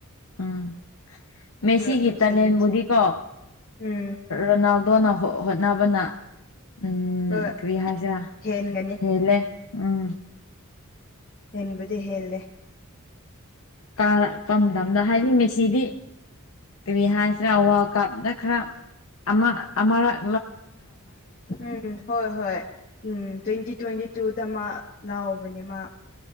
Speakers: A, on the left; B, on the left.
A: ꯎꯝ ꯃꯦꯁꯤꯒꯤ
B: ꯑꯗꯣ ꯅꯨꯡꯁꯤꯕꯤꯁꯦ
A: ꯇꯥꯂꯦꯟꯕꯨꯗꯤꯀꯣ
B: ꯎꯝ
A: ꯔꯣꯅꯥꯜꯗꯣꯅ ꯍꯣꯠꯅꯕꯅ ꯎꯝ
B: ꯍꯣꯏ
A: ꯀ꯭ꯔꯤꯌꯥꯁꯤ
B: ꯍꯦꯟꯒꯅꯤ
A: ꯍꯦꯦ ꯎꯝ
B: ꯍꯕꯗꯤ ꯍꯦꯜꯂꯦ
A: ꯀꯥꯔꯛꯄꯗꯝꯗ ꯍꯥꯏꯅꯤꯡꯃꯦ ꯁꯤꯗꯤ ꯀꯔꯤ ꯍꯥꯏꯁꯤꯔꯥ ꯋꯥꯔꯜ ꯀꯞꯇ ꯈꯔ ꯑꯃ ꯑꯃꯛ
B: ꯎꯝ ꯍꯣꯏ ꯍꯣꯏ ꯎꯝ ꯇ꯭ꯋꯦꯟꯇꯤ ꯇ꯭ꯋꯦꯟꯇꯤ ꯇꯨꯗ ꯃꯥ ꯂꯥꯛꯕꯅꯦ ꯃꯥ